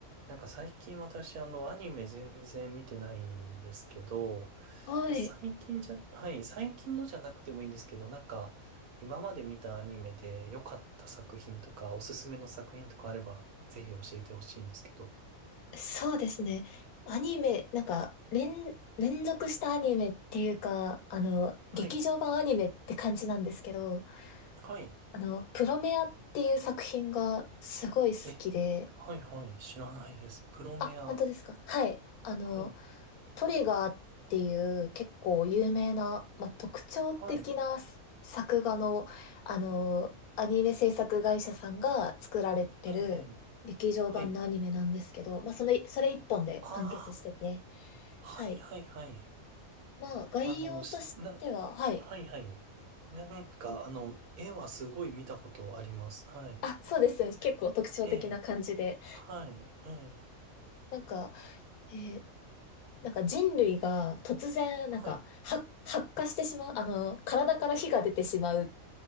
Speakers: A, on the right; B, on the left.
A: なんか最近私あのアニメ全然見てないんですけど、
B: はい、
A: まあ、最近じゃ、はい、最近のじゃなくてもいいんですけど、なんか今まで見たアニメで良かった作品とかおすすめの作品とかあればぜひ教えてほしいんですけど。
B: そうですね。アニメ、なんか、連、連続したアニメっていうか、あの、
A: はい、
B: 劇場版アニメって感じなんですけど、
A: はい、
B: あの、プロメアっていう作品がすごい好きで、
A: え、はい、はい、知らないです。プロメア。
B: あ、本当ですか。はい。あの、
A: はい、
B: トリガーっていう結構有名な、まあ、特徴的なす作画の、
A: はい、
B: あの、アニメ制作会社さんが作られてる劇場版のアニメなんですけど、
A: ええ、ええはい。
B: まあ、その、それ一本で完結してて、
A: ああ、はい、
B: はい。
A: はい、はい。
B: まあ、概要としては、
A: あの、しな、
B: はい。
A: はいはい。なんか、
B: え
A: あの、絵はすごい見たことあります。はい。
B: あ、そうですよね。結構特徴的な感じで。
A: ええ、はい、ええ、
B: なんか、えーなんか人類が突然、
A: はい、
B: なんか、は発火してしまう、あの、体から火が出てしまう